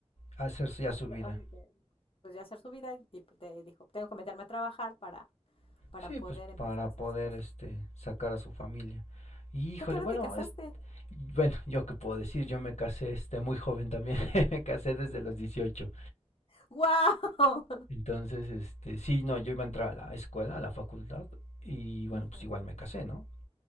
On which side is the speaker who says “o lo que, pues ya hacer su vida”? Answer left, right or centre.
Left